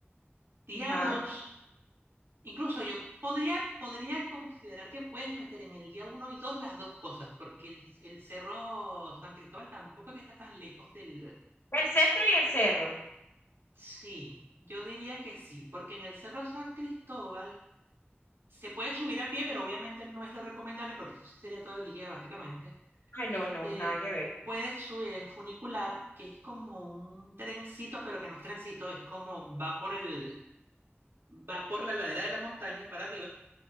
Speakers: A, on the right (about 80°); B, on the left (about 75°).
A: Día
B: Ajá.
A: dos, incluso yo podría, podría considerar que puedes meter en el día uno y dos las dos cosas, porque el, el Cerro San Cristóbal tampoco es que está tan lejos del...
B: El centro y el cerro.
A: Sí, yo diría que sí, porque en el Cerro San Cristóbal se puede subir a pie, pero obviamente no es lo recomendable porque eso sí sería todo el día, básicamente.
B: Ay,
A: Este,
B: no, no, nada que ver.
A: puedes subir en funicular, que es como un trencito, pero que no es trencito, es como va por el, va por la ladera de la montaña para arriba.